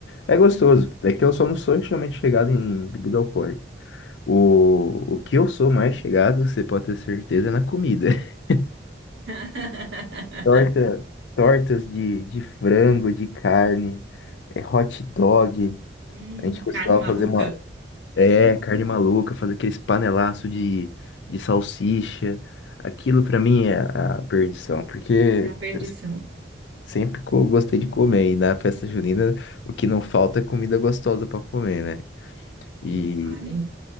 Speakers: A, on the left (about 80°); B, on the right (about 85°).
A: É gostoso. É que eu só não sou extremamente chegado em bebida alcoólica. O, o que eu sou mais chegado, você pode ter certeza, é na comida. <laughs>
B: <laughs>
A: Torta, tortas de, de frango, de carne, é, hot dog.
B: Hum,
A: A gente costumava
B: carne maluca.
A: fazer uma. É,
B: Uhum.
A: carne maluca, fazer aqueles panelaço de, de salsicha. Aquilo pra mim é a perdição, porque
B: É a perdição.
A: eu sempre co- gostei de comer. E na festa junina, o que não falta é comida gostosa pra comer, né?
B: Nem
A: E,
B: fale.